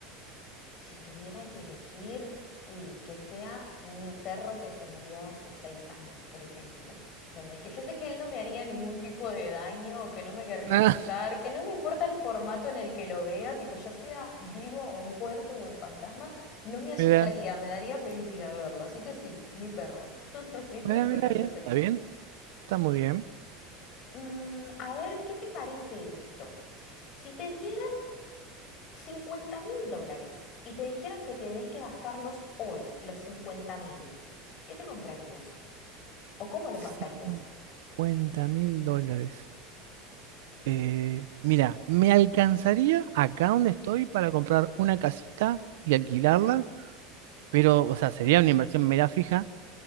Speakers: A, on the left (about 40°); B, on the right (about 85°).
A: Si tuviera que elegir y que sea mi perro que se murió hace seis años, por ejemplo. ¿Entendés? Que yo sé que él no me haría ningún tipo de daño o que no me querría
B: Ah,
A: asustar, que no me importa el formato en el que lo vea, tipo ya sea vivo o muerto o en fantasma, no me asustaría,
B: mira,
A: me daría felicidad verlo. Así que sí, mi perro, <laughs> mi perro
B: mira, mira,
A: de hace
B: bien,
A: seis
B: está
A: años.
B: bien, está muy bien.
A: Mm, a ver, ¿qué te parece esto? Si te diera cincuenta mil dólares y te dijeran que tenés que gastarlos hoy, los cincuenta mil, ¿qué te comprarías? ¿O cómo los
B: cincuenta
A: gastarías?
B: mil dólares. Eh, mira, me alcanzaría acá donde estoy para comprar una casita y alquilarla, pero, o sea, sería una inversión media fija,